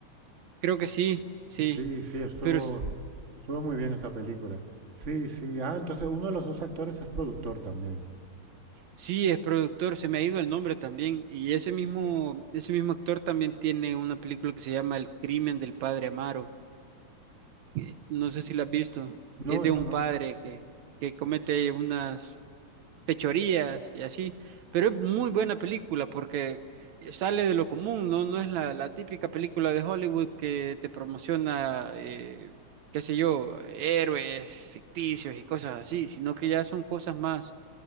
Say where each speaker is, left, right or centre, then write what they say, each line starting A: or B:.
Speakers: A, on the right; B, on the right.
A: Creo que sí, sí,
B: Sí, sí, estuvo,
A: pero s-
B: estuvo muy bien esa película. Sí, sí. Ah, entonces uno de los dos actores es productor también.
A: sí es productor, se me ha ido el nombre también, y ese mismo, ese mismo actor también tiene una película que se llama El crimen del padre Amaro. eh, no sé si la has visto,
B: No,
A: es de
B: esa
A: un
B: no.
A: padre que, que comete unas fechorías y así, pero es muy buena película porque sale de lo común, ¿no? No es la, la típica película de Hollywood que te promociona, eh, qué sé yo, héroes ficticios y cosas así, sino que ya son cosas más